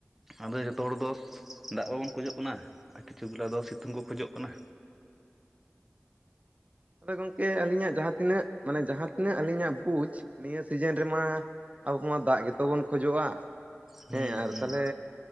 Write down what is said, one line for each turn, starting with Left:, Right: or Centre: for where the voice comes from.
Centre: ᱟᱫᱚ ᱡᱚᱛᱚ ᱦᱚᱲ ᱫᱚ ᱫᱟᱜ ᱵᱟᱵᱩᱱ ᱠᱷᱚᱡᱚᱜ ᱠᱟᱱᱟ ᱟᱨ ᱠᱤᱪᱷᱩ ᱜᱩᱞᱟ ᱫᱚ ᱥᱤᱛᱩᱝ ᱠᱩ ᱠᱷᱚᱡᱚᱜ ᱠᱟᱱᱟ᱾
Right: ᱟᱫᱚ ᱜᱚᱝᱠᱮ ᱟᱹᱞᱤᱧ-ᱟᱜ ᱡᱟᱦᱟᱸ ᱛᱤᱱᱟᱹᱜ ᱢᱟᱱᱮ ᱡᱟᱦᱟᱸ ᱛᱤᱱᱟᱹᱜ ᱟᱹᱞᱤᱧᱟᱜ ᱵᱩᱡᱽ ᱱᱤᱭᱟᱹ ᱥᱤᱡᱮᱱ ᱨᱮᱢᱟ ᱟᱵᱩ ᱢᱟ ᱫᱟᱜ ᱜᱮᱛᱚ ᱵᱚᱱ ᱠᱷᱚᱡᱚᱜ-ᱟ,
Centre: ᱦᱩᱸ
Right: ᱦᱮᱸ ᱟᱨ
Centre: ᱦᱩᱸ
Right: ᱛᱟᱦᱚᱞᱮ